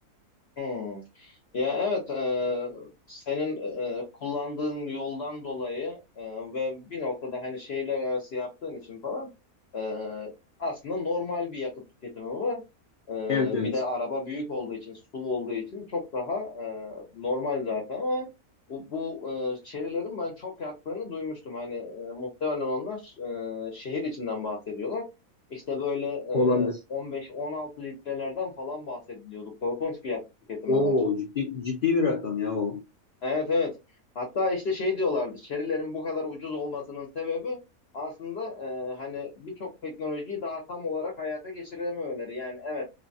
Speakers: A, on the left; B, on the left.
A: Hı. Ya evet, e, senin e, kullandığın yoldan dolayı e, ve bir noktada hani şehirler arası yaptığın için falan e, aslında normal bir yakıt tüketimi var. E,
B: Evet evet
A: bir de araba büyük olduğu için, SUV olduğu için çok daha e, normal zaten ama bu, bu e, çerilerin ben çok yaktığını duymuştum. Hani e, muhtemelen onlar e, şehir içinden bahsediyorlar. İşte böyle
B: olabilir.
A: e, 15-16 litrelerden falan bahsediliyordu. Korkunç bir yakıt tüketimi
B: Oo
A: var.
B: ciddi, ciddi bir rakam ya o.
A: Evet evet. Hatta işte şey diyorlardı. Şerilerin bu kadar ucuz olmasının sebebi aslında e, hani birçok teknolojiyi daha tam olarak hayata geçirememeleri. Yani evet